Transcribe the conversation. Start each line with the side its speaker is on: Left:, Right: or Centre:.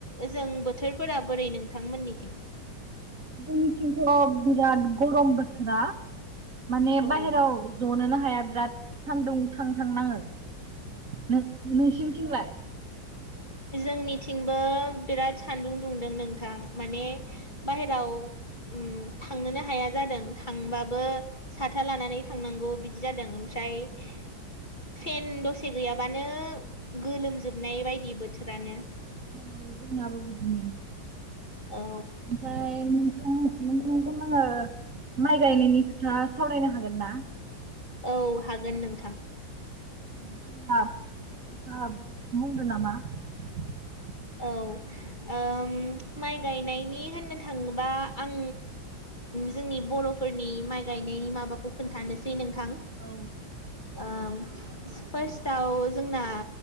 Left: ओजों बोथोरफोरा बोरै नोंथांमोननिथिं
Right: जोंनिथिंथ' बिराद गरम बोथोरा माने
Left: अ
Right: बायेराव ज'नोनो हाया बिराद सानदुं थां थां नाङो। नों-नोंसिनिथिंलाय
Left: जोंनिथिंबो बिराद सानदुं दुंदों नोंथां माने बाहेराव अम थांनोनो हाया जादों थांबाबो साथा लानानै थांनांगौ बिदि जादों ओमफ्राय बे फेन दसे गैयाबानो गोलोमजोबनाय बायदि बो थोरानो
Right: ए जोंनाबो बिदिनो
Left: औ
Right: ओमफ्राय नोंथांजों आङो माइ गायनायनि खोथा सावरायनो हागोन ना
Left: औ हागोन नोंथां
Right: <unintelligible>
Left: औ ओम माइ गायनायनि होननो थाङोबा आं जोंनि बर'फोरनि माइ गायनायनि माबाखौ खोन्थानोसै नों थां
Right: औ
Left: ओम फार्स्टआव जोंना